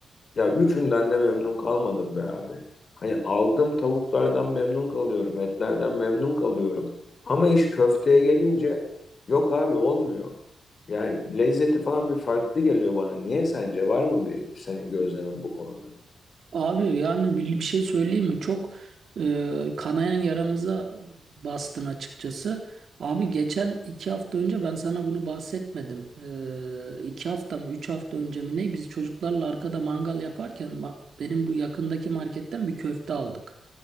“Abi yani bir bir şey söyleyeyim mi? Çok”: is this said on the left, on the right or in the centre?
Right